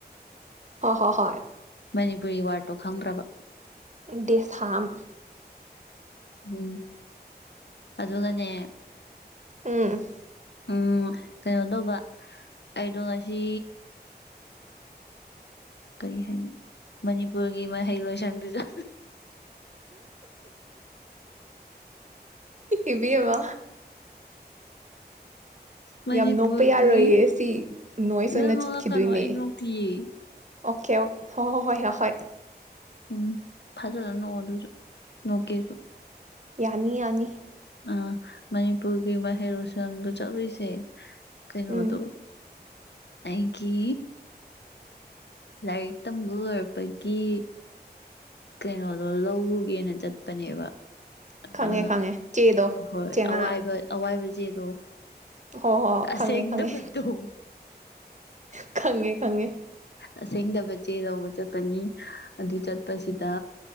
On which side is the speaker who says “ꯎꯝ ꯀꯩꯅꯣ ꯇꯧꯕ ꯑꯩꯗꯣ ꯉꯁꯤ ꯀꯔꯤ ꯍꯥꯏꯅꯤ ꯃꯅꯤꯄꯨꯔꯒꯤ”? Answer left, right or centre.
Left